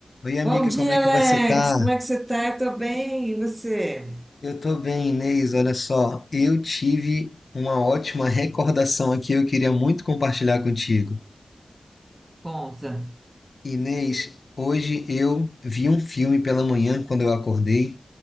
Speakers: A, on the left; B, on the right.
A: Oi, amiga,
B: Bom dia,
A: como é que
B: Alex.
A: você tá?
B: Como é que você tá? Eu tô bem. E você?
A: Eu tô bem, Inês. Olha só, eu tive uma ótima recordação aqui, eu queria muito compartilhar contigo.
B: Conta.
A: Inês, hoje eu vi um filme pela manhã quando eu acordei.